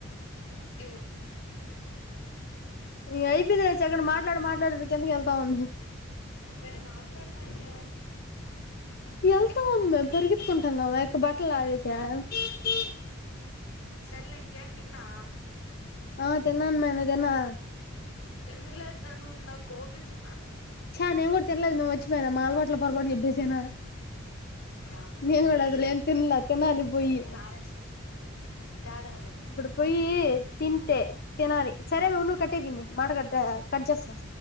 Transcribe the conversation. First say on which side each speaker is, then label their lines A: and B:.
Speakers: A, on the left; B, on the left.
A: ఇవ్వు
B: ఇ అయిపోంది రచ్చి అక్కడ మాట్లాడు మాట్లాడ క ఎంతక వెళ్తా ఉంది
A: మరి మాట్లాడమనే
B: వెళ్తా ఉంది మే పెరిగెట్కుంటున్నాముక బట్ట ట్లారుస <unintelligible>
A: సర్లంక తిన్నా
B: ఆ తిన్నాను మే నువ్వు తిన్నావా
A: తింలేద్దను ఇంద గోబి తి
B: చ నేను కూడా తెినలేదు మేము వచ్చిపోయానా మా అలవాట్లో పొరపాటు చెప్పేసానా
A: యా
B: న కూడా అదిలేం తిన్నలే తన్నాాలి పోయి
A: నారేస్క్ యాడ అరగ
B: ఇప్పుడు పోయి తింటే తినాలి సరే ఉన్ను కట్టేపోంది మాట కట్ట కట్ చేస్త